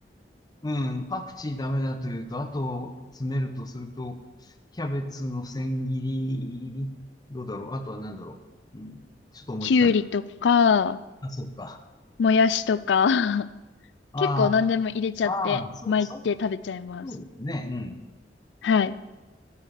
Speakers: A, on the left (about 25°); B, on the left (about 85°).
A: うん、パクチーダメだというと、あと、詰めるとすると、キャベツの千切り、どうだろう。あとは何だろう。うん、ちょっと思いつかない。
B: きゅうりとか、
A: あ、そうか。
B: もやしとか <laughs>
A: あ
B: 結構何でも入れちゃって、
A: あ、ああ、そう、
B: 巻いて食べちゃいます。
A: そう、そうですねうねん。
B: はい。